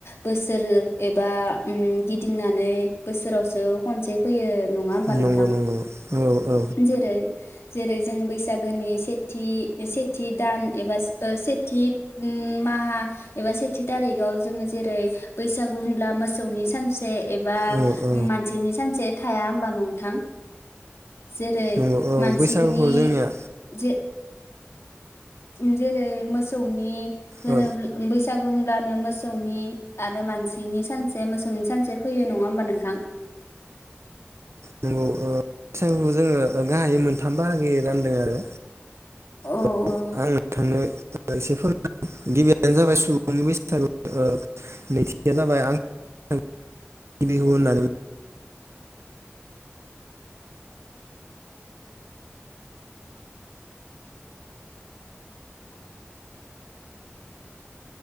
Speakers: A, on the left; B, on the right.
A: बोसोर एबा ओम गिदिंनानै बोसोरावसो खनसे फैयो नङा होमबा
B: नंगौ
A: नोंथां?
B: नंगौ औ औ
A: जेरै जेरै जों बैसागोनि सेथि एसे थि दान एबा ओ सेथि माहा एबा सेथि थारिगाव जोङो जेरै बैसागु होनब्ला मोसौनि सानस से एबा
B: औ औ
A: मानसिनि सानसे थाया होमबा नंथां? जेरै
B: नंगौ औ
A: मानसैनि
B: बैसागुखौ जोंनिया
A: जे <inaudible> उम जेरै मोसौनि होनोब्ला
B: औ
A: बैसाग बुमब्लानो मोसौनि आरो मानसिनि सानसे मोसौनि सानसे फैयो नङा होमबा नोंथां?
B: नंगौ ओ बैसागुखौ जोङो गाहायै मोनथाम बाहागोयै रानदों आरो।
A: औ
B: <unintelligible>
A: औ
B: थांनो एसे <inaudible> गिबियानो जाबाय सुबुंनि बैसागु ओ नैथियानो जाबाय <inaudible> बिहु होननानै